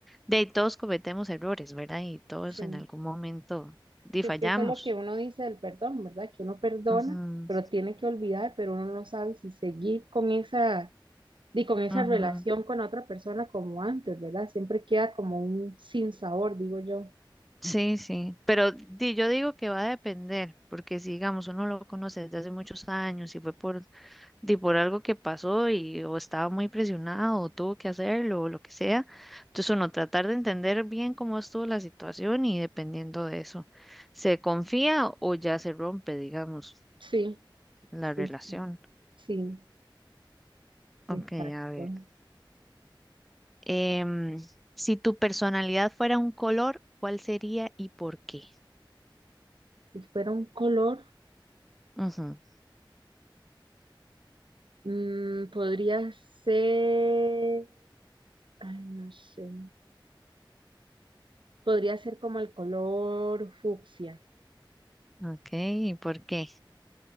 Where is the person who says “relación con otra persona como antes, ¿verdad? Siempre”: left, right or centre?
Right